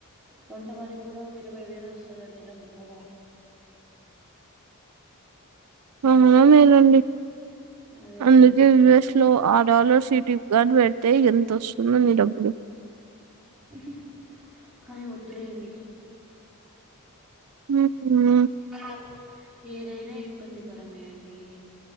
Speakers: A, in the centre; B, on the right (about 80°).
A: వంట వారికి కూడా ఒక ఇరవై వేలు వస్తదండి దగ్గరి దగ్గర.
B: అవునా మేలండి
A: అదే
B: అందుకే
A: అండి
B: యుఎస్ లో ఆడాలర్ సిటిగాని పె తె ఎంతోస్తుందో మి డబ్బులు
A: హ్హ్ కానీ వద్దులేండి
B: హ హ
A: హవ్ ఏదైనా ఇబ్బందికరమేయండి